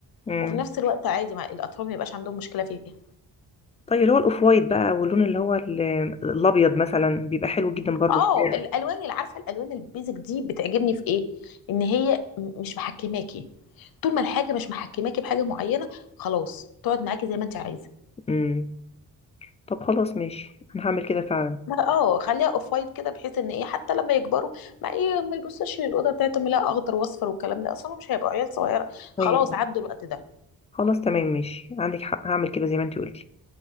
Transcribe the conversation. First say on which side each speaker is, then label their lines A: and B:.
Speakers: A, on the left (about 20°); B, on the left (about 70°).
A: اه
B: وفي نفس الوقت عادي مع الاطفال ما يبقاش عندهم مشكله فيها
A: طيب اللي هو الاوف وايت بقى واللون اللي هو ال- الابيض مثلا بيبقى حلو جدا برضه
B: اه
A: في الشارع
B: الالوان اللي عارفه الالوان البيزك دي بتعجبني في ايه ان هي م- مش محكماكي طول ما الحاجه مش محكماكي بحاجه معينه خلاص تقعد معاكي زي ما انت عايزه
A: امم طب خلاص ماشي انا هعمل كده فعلا
B: اه خليها اوف وايت كده بحيث ان ايه حتى لما يكبروا ما ايه ما يبصوش للاوضه بتاعتهم لا اخضر واصفر والكلام ده اصلا مش هيبقوا عيال صغيره
A: طيب
B: خلاص عدوا الوقت ده
A: خلاص تمام ماشي عندك حق هعمل كده زي ما انت قلتي